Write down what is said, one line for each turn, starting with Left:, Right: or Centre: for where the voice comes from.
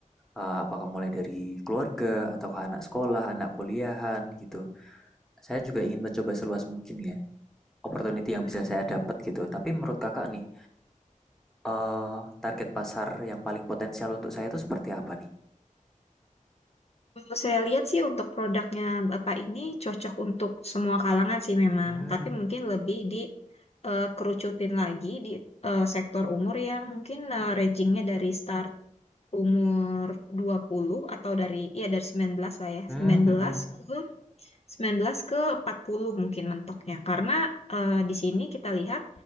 Centre: Eh, apakah mulai dari keluarga atau ke anak sekolah, anak kuliahan gitu. Saya juga ingin mencoba seluas mungkin ya. opportunity yang
Left: Hmm.
Centre: bisa saya dapat gitu. Tapi menurut kakak nih, eh target pasar yang paling potensial untuk saya itu seperti apa nih?
Left: Kalau saya lihat sih untuk produknya Bapak ini cocok untuk semua kalangan sih memang,
Centre: Hmm,
Left: tapi mungkin lebih di eh, kerucutin lagi di eh, sektor umur yang mungkin eh, rangingnya dari start umur 20 atau dari ya dari 19 lah ya,
Centre: hmm,
Left: sembilan
Centre: hmm,
Left: belas
Centre: hmm.
Left: ke 19 ke 40 mungkin mentoknya. Karena eh, di sini kita lihat